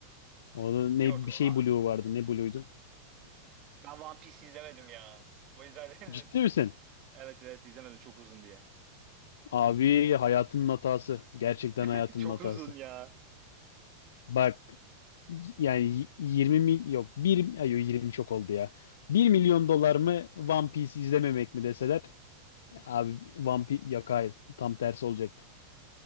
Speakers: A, on the left; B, on the right.
A: Orada ne
B: Yok. a-
A: bir şey Blue vardı. Ne Blue'ydu?
B: ben One Piece izlemedim ya. O yüzden <laughs>
A: Ciddi misin?
B: evet evet izlemedim çok uzun diye.
A: Abi hayatının hatası. Gerçekten
B: <laughs>
A: hayatının
B: Çok
A: hatası.
B: uzun ya.
A: Bak yani y- 20 mil yok bir ay yok, 20 çok oldu ya. bir milyon dolar mı One Piece izlememek mi deseler? Abi One Piece yok hayır tam tersi olacaktı.